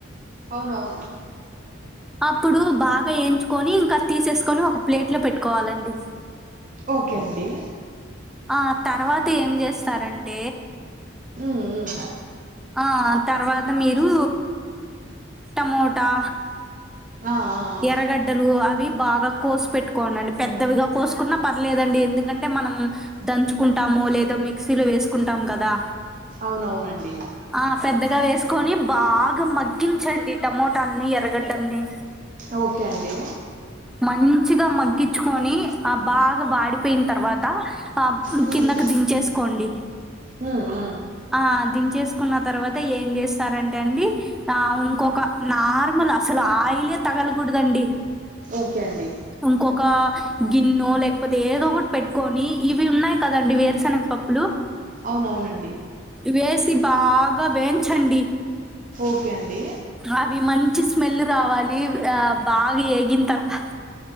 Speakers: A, on the right; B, in the centre.
A: ఔనవును
B: అప్పుడూ బాగా ఏంచుకోనీ ఇంకా తీసేస్కొని ఒక ప్లేట్ లో పెట్టుకోవాలండి
A: ఓకే అండి
B: ఆ తర్వాత ఏం జేస్తరంటే
A: హూమ్
B: ఆ తర్వాత మీరూ టమోటా
A: ఆ ఆ ఆ!
B: ఎర్రగడ్డలు అవి బాగా కోసి పెట్కోఉండండి పెద్దవిగా కోసుకున్నా పర్లేదండి ఎందుకంటే మనం దంచుకుంటామో లేదా మిక్సీలో వేస్కుంటాం కదా
A: ఔనవునండి
B: ఆ పెద్దగా వేస్కొని బాగా మగ్గించండి టమోటాల్ని ఎర్రగడ్డల్ని
A: ఓక్కే అండీ
B: మంచిగా మగ్గిచ్కోనీ ఆ బాగా వాడిపోయిం తర్వాతా ఆబ్
A: హ్మ్.
B: కిందకి దించేస్కోండి
A: హ్మ్. హ్మ్.
B: ఆ దించేస్కున్న తర్వాత ఏం జేస్తారంటే అండి ఆ ఇంకొక నార్మల్ అసలు ఆయిలే తగలకూడదండి
A: ఓక్కే అండి
B: ఇంకొకా గిన్నో లేకపోతే ఏదో ఒకట్ పెట్కొనీ ఇవీ ఉన్నాయ్ కదండి వేరుశెనగ పప్పులూ
A: ఔనవునండి
B: ఇవేసి బాగా వేంఛమ్ డి
A: ఓక్కే అండి
B: అవి మంచి స్మెల్లు రావాలీ ఆ బాగ్ ఏగిన్ తర్వాత